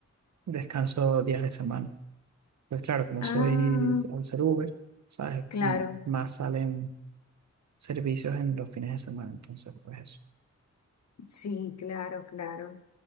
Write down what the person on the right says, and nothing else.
descanso días de semana. Pues claro, como
soy al ser Uber, ¿sabes?
M- Más salen servicios en los fines de semana, entonces pues eso.